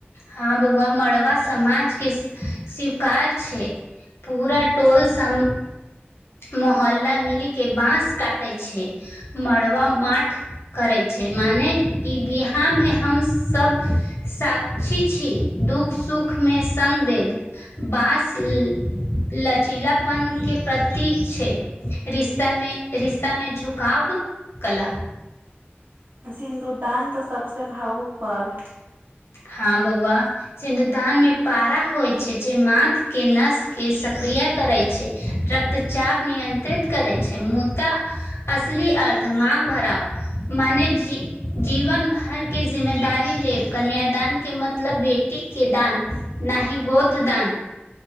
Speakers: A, on the left; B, on the right.
A: हँ बौआ मड़वा समाज के स्वीकार छै पूरा टोल साम मोहल्ला मिली के बास काटे छै मड़बा माठ करै छै माने ई विहा मे हम सभ स छी छी दुःख सुख मे संग देेव बांस लचीलापन के प्रतीक छै रिश्ता मे रिश्ता में झुकाव कला
B: सिन्दुरदान तऽ सबसे भावुक पल
A: हँ बौआ सिन्धुदान मे पारा होइ छै जे माथ के नस के सक्रिय करै छै रक्तचाप नियन्त्रित करै छै मुदा असली अर्थ मांग भराव मने जी जीवन भर की जिम्मेदारी लेब कन्या दान के मतलब बेटी के दान न ही गोत दान